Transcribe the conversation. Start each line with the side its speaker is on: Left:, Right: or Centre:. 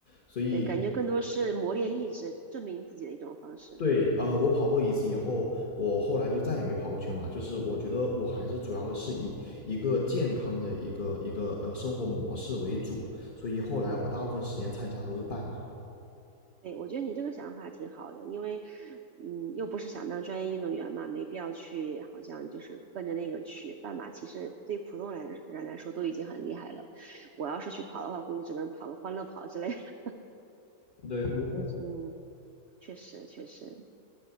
Left: 所以，
Right: 对，感觉更多是磨练意志、证明自己的一种方式。
Left: 对，呃，我跑过一次以后，
Right: 嗯
Left: 我后来就再也没跑过全马，就是我觉得我还是主要是以一个健康的一个一个呃生活模式为主，所以后来我大部分时间参加都是半马。
Right: 嗯，对，我觉得你这个想法挺好的，因为嗯，又不是想当专业运动员嘛，没必要去，好像就是奔着那个去。半马其实对普通人人来说都已经很厉害了，我要是去跑的话，估计只能跑个欢乐跑之类的。<laughs>
Left: 对，我我
Right: 嗯，确实确实。